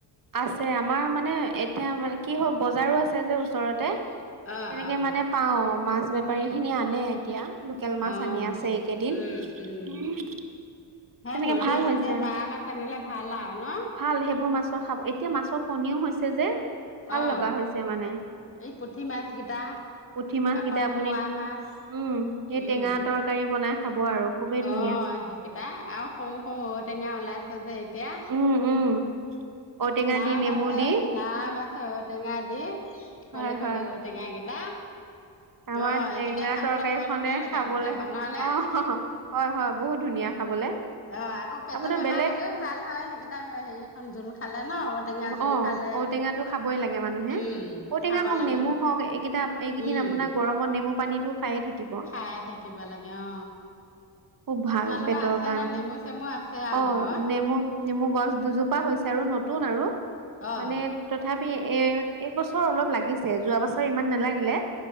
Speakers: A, on the right; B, on the left.
A: আছে আমাৰ মানে, এতিয়া মানে, কি হ্‌ বজাৰো আছে যে ওচৰতে।
B: অ অ
A: তেনেকে মানে পাওঁ। মাছ বেপাৰী খিনিয়ে আনে এতিয়া। লোকেল মাছ
B: অ
A: আনি আছে এইকেইদিন।
B: উম উম
A: উমহ্‌
B: সেই
A: তেনেকে
B: নদীয়ে
A: ভাল হৈছে
B: চদীয়ে
A: আও,
B: মাৰা মাছ আনিলে ভাল আৰু ন?
A: ভাল সেইবোৰ মাছ তো খাব। এতিয়া মাছৰ কণীও হৈছে যে, ভাল
B: অ
A: লগা হৈছে মানে।
B: এই পুঠি মাছ গেইটা
A: পুঠি মাছ
B: আকৌ
A: কেইটা আপুনি
B: মোৱা মাছ
A: উম, এই টেঙা
B: উম
A: তৰকাৰী বনাই খাব আৰু খুবেই
B: অ
A: ধুনীয়া।
B: সেইকেইটা আৰু সৰু সৰু ঔ টেঙা ওলাইছে যে এতিয়া
A: উম, উম। ঔটেঙা
B: নাম
A: দি নেমু
B: আছে
A: দি
B: নাম আছে চ ঔটেঙা দি কলি
A: হয়,
B: কলি
A: হয়।
B: ঔটেঙা গেইটা
A: আমাৰ
B: অ এইকেইটাই
A: টেঙা
B: খাবলৈ
A: তৰকাৰী
B: বৰ
A: খনে
B: ধুনীয়া লাগেজাখন
A: খাবলৈ
B: নহয় নে
A: অ', হয়, হয় বহুত ধুনীয়া খাবলে।
B: অ আকৌ পেটৰ
A: আপোনাৰ
B: বেমাৰ
A: বেলেগ
B: হলেও ভাল হয় সেইকেইটা এইখন জোল খালে ন ঔটেঙা জোল
A: অ
B: খালে
A: ঔটেঙা খাবই লাগে মানুহে
B: উম
A: ঔটেঙা
B: খাব
A: হওক
B: লাগে
A: নেমু হওক এইকেইটা এইকেইদিন
B: উম
A: আপোনাৰ গৰমত নেমু পানীটো খায়ে থাকিব।
B: খাই থাকিব লাগে অ
A: খুব ভাল
B: তোমালোকৰ
A: পেটৰ
B: আছে
A: কাৰণে
B: নে নেমু চেমু আছে আৰু
A: অ',
B: ঘৰত।
A: নেমু নেমু গছ দুজোপা হৈছে আৰু নতুন আৰু
B: অ
A: মানে তথাপি। এ এইবছৰ অলপ লাগিছে যোৱা বছৰ ইমান নালাগিলে।